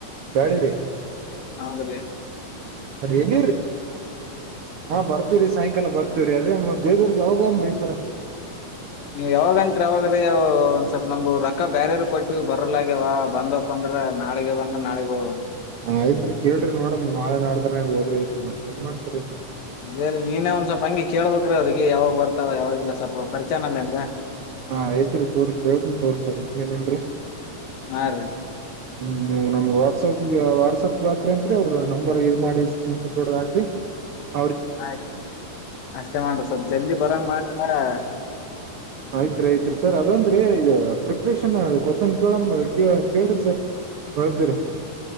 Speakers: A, on the right (about 60°); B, on the left (about 75°).
A: ಬ್ಯಾಳಿ ರೀ
B: ಹೌದ್ರೀ
A: ಎಲ್ಲಿರಿ ಬರ್ತಿವ್ರಿ ಸಾಯಂಕಾಲ ಬರ್ತವ್ ಅದೇ ಮತ್ ದೇದುರ್ಗ ಯೋಗಂಬ್ರಿ ಸರ
B: ನೀವ್ ಯಾವಾಗತ್ ಯಾವಾಗ್ರೆ ಒಂದ ಸ್ವಲ್ಪ್ ನಮು ರಕ್ಕ ಬರ್ಯಾರ ಕೊಟ್ಟೀ ಬರಲ ಆಗ್ಯವ ಬಂದಪ್ಪಂದ ನಾಳೆಗೆ ಬಂದ್ರ ನಾಳೆ ಹೋಗಮ್
A: ಆಯ್ತ್ರಿ ಕೇಳ್ರಿ ನೋಡಮ್ ನಾಳೆ ನಡ್ಡ ಹೋದ್ರಿಯಐತ್ರಿ ಮತ್ತತ್ ಏನ್ ಮಾಡ್ತರಿ
B: ಬೇರಿ ನೀನೇ ಒಂದ್ ಸ್ವಲ್ಪ ಹಂಗಿ ಕೇಳ್ಬೇಕ್ರೀ ಅವ್ರಿಗೆ ಯಾವಾಗ್ ಬರ್ತಾವ ಯಾವಾಗಲ್ಲ ಸ್ವಲ್ಪ ಪರಿಚಯನ ಅನಲ್ಲ ನಿಂಗ
A: ನಾ ಐತ್ರು ತೋರ್ ಕಳ್ತನ್ ತೋರ್ಸರ್ ನಿಂಗ ನೇನ್ರಿ
B: ಹಾ ರೀ
A: ಹ್ಮ್ ನೀವು ನಮ್ಗೆ ವಾಟ್ಸಪ್ ವಾಟ್ಸಪ್ ಹಾಕ್ರಿ ಅಂರಿ ಅವ್ರರು ನಂಬರ್ ಇ ಇದ ಮಾಡಿ ಸ್ಕ್ರೀನ್ಡಾಕ್ರಿ <unintelligible>
B: ಆಯ್ತು ಅಷ್ಟೇನ ಸ್ವಲ್ಪ ಜಲ್ದಿ ಬರಂಗ್ ಮಾಡ್ರಿ ಮಾರೆ
A: ಆಯ್ತ್ ರೀ ಪ್ರೀಫೆರ್ ಅದದ್ರೀ ಪ್ರಿಪರೇಷನ್ ಕ್ವಾಶನ್ ಕೇಳಿಂ ರೀ ಕೇಳ್ ರೀ ಸರ್ ಹೇಳತ್ತೀರಿ